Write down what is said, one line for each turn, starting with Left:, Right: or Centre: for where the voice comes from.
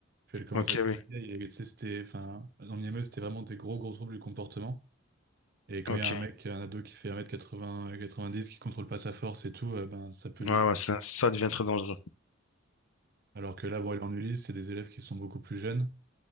Right: Puis elle commence
Left: Ok,
Right: à être
Left: oui,
Right: un peu vieille. Et tu sais, c'était, enfin, en IME, c'était vraiment des gros, gros troubles du comportement. Et quand
Left: ok.
Right: il y a un mec, un ado qui fait 1 quatre quatre-vingt-dix, qui contrôle pas sa force et tout, euh, ben, ça peut
Left: Ouais,
Right: vite
Left: ouais, ça, ça devient très dangereux.
Right: Alors que là, bon, il est en Ulysse, c'est des élèves qui sont beaucoup plus jeunes